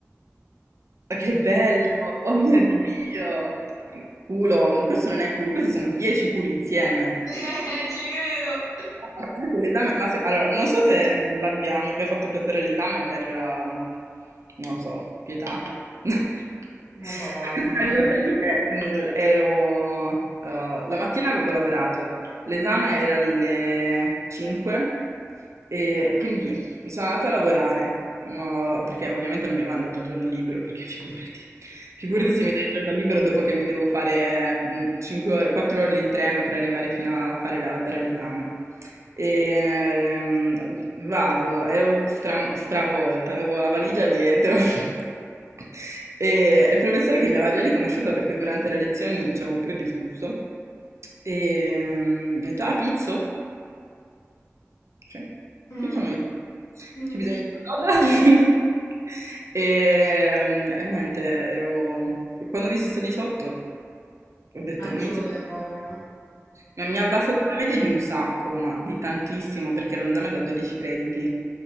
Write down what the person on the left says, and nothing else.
Che
Mm.
<laughs>
Ci credo.
Madonna,
ti immagino.
Figurati.
Mm,
mm.
Una
gioia
proprio.
Mm.